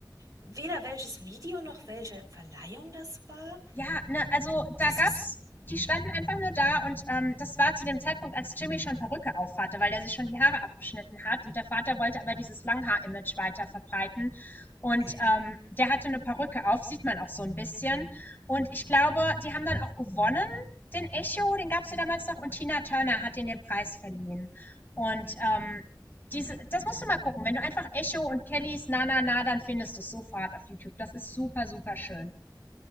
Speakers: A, on the right (about 55°); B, on the left (about 25°).
A: weder welches Video noch welche Verleihung das war.
B: Ja, ne, also da
A: Das
B: gab's
A: ist,
B: die standen einfach nur da und, ähm, das war zu dem Zeitpunkt, als Jimmy schon Perücke aufhatte, weil der sich schon die Haare abgeschnitten hat und der Vater wollte aber dieses Langhaar-Image weiter verbreiten und,
A: mhm.
B: ähm, der hatte eine Perücke auf, sieht man auch so ein bisschen und ich glaube, die haben dann auch gewonnen, den Echo, den gab's ja damals noch und Tina Turner hat ihnen den Preis verliehen und, ähm, diese das musst du mal gucken. Wenn du einfach Echo und Kellys „Na na na“, dann findest du es sofort auf YouTube. Das ist super, super schön.